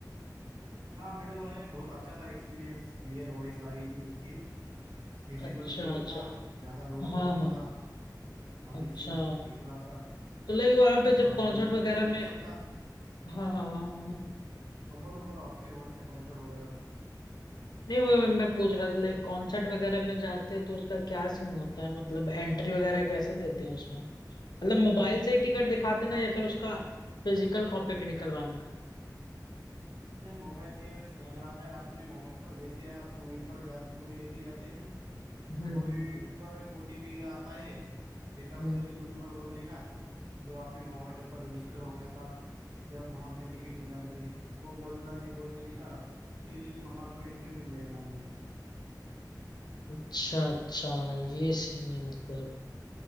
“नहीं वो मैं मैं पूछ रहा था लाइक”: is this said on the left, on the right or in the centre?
Left